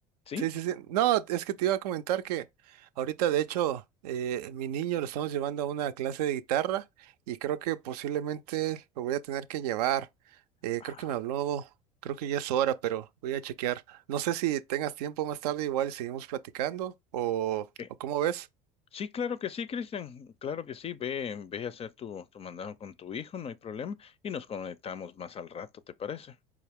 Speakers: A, on the left; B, on the right.
A: ¿Sí?
B: sí, sí, sí. No, es que te iba a comentar que ahorita, de hecho, eh, mi niño lo estamos llevando a una clase de guitarra y creo que posiblemente lo voy a tener que llevar. Eh,
A: Ah,
B: creo que me habló, creo que ya es hora, pero voy a chequear. No sé si tengas tiempo más tarde, igual y seguimos platicando o,
A: eh,
B: o cómo ves.
A: Sí, claro que sí, Cristian. Claro que sí. Ve, ve a hacer tu, tu mandado con tu hijo, no hay problema. Y nos conectamos más al rato, ¿te parece?